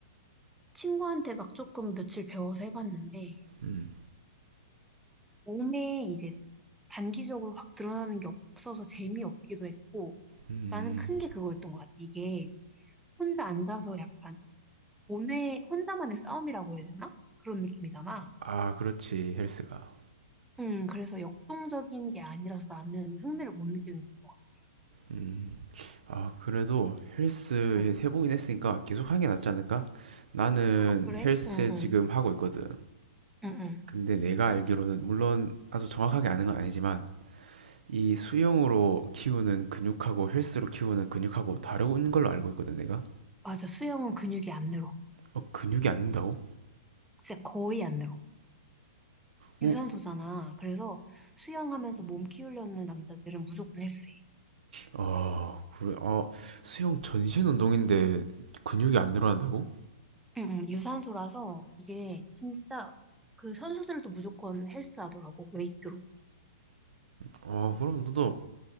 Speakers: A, in the centre; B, on the right (about 85°).
A: 친구한테 막 조금 며칠 배워서 해봤는데,
B: 음.
A: 몸에 이제 단기적으로 확 드러나는 게 없어서 재미없기도 했고,
B: 음.
A: 나는 큰 게 그거였던 것 같아. 이게 혼자 앉아서 약간 온외, 혼자만의 싸움이라고 해야 되나? 그런 느낌이잖아.
B: 아, 그렇지. 헬스가.
A: 응, 그래서 역동적인 게 아니라서 나는 흥미를 못 느끼는 것 같아.
B: 음. 아, 그래도 헬스
A: 응.
B: 해보긴 했으니까 계속 하는 게 낫지 않을까? 나는
A: 어, 그래?
B: 헬스
A: 응,
B: 지금
A: 응,
B: 하고 있거든.
A: 응, 응.
B: 근데 내가 알기로는 물론 아주 정확하게 아는 건 아니지만 이 수영으로 키우는 근육하고 헬스로 키우는 근육하고 다른 걸로 알고 있거든, 내가.
A: 맞아, 수영은 근육이 안 늘어.
B: 어, 근육이 안 는다고?
A: 진짜 거의 안 늘어.
B: 어?
A: 유산소잖아. 그래서 수영하면서 몸 키우려는 남자들은 무조건 헬스해.
B: 아, 그래. 아, 수영 전신 운동인데 근육이 안 늘어난다고?
A: 응, 응, 유산소라서 이게 진짜 그 선수들도 무조건 헬스 하더라고, 웨이트로.
B: 아, 그럼 너도